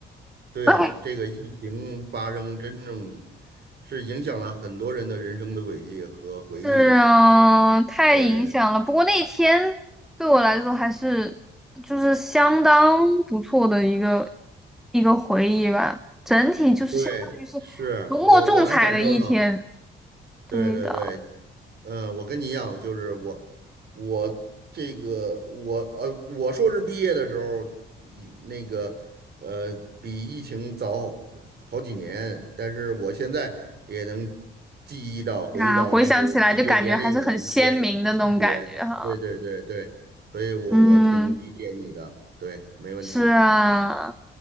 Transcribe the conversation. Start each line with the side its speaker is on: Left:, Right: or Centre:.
Right: 对啊，
Centre: 哎。
Right: 这个疫情发生真正影是影响了很多人的人生的轨迹和回忆的。
Centre: 是啊，太影响了。
Right: 对
Centre: 不过那天对我来说还是就是相当不错的一个一个回忆吧。整体就是相当于是
Right: 对，是我我能感受到。
Centre: 浓墨重彩的一天。
Right: 对对对，
Centre: 对的，
Right: 呃，我跟你一样，就是我，我这个我呃，我硕士毕业的时候，一那个呃，比疫情早好几年，但是我现在也能记忆到、回忆到那时候毕业典礼的一些细节。
Centre: 那回想起来就感觉还是很鲜明的那种感觉哈。
Right: 对对对对，所以我我挺理解你的，
Centre: 嗯，
Right: 对，没问题。
Centre: 是啊，